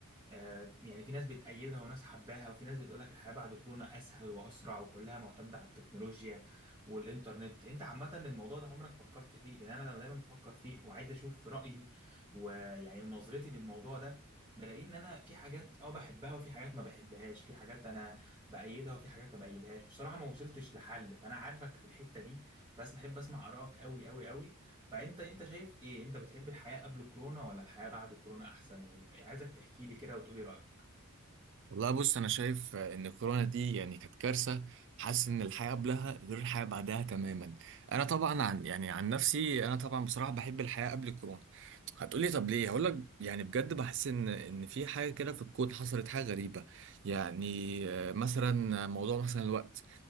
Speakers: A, on the right (about 15°); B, on the right (about 55°).
A: آه، يعني في ناس بتأيدها وناس حباها وفي ناس بتقولك الحياة بعد كورونا أسهل وأسرع وكلها معتمدة على التكنولوجيا والإنترنت أنت عامة الموضوع ده عمرك فكرت فيه لأن أنا لما دايما بفكر فيه وعايز أشوف رأيي ويعني نظرتي للموضوع ده بلاقي إن أنا في حاجات أه بحبها وفي حاجات ما بحبهاش في حاجات أنا بأيدها وفي حاجات ما بأيدهاش بصراحة ما وصلتش لحل فأنا عارفك في الحتة دي بس بحب أسمع آرائك أوي أوي أوي فانت انت شايف ايه انت بتحب الحياة قبل كورونا ولا الحياة بعد كورونا احسن ولا إيه؟ عايزك تحكي لي كده وتقولي رأيك
B: والله بص انا شايف ان الكورونا دي يعني كانت كارثه حاسس ان الحياه قبلها غير الحياه بعدها تماما انا طبعا عن يعني عن نفسي انا طبعا بصراحه بحب الحياه قبل الكورونا هتقولي طب ليه هقول لك يعني بجد بحس ان ان في حاجه كده في الكون حصلت حاجه غريبه يعني آه، مثلا موضوع مثلا الوقت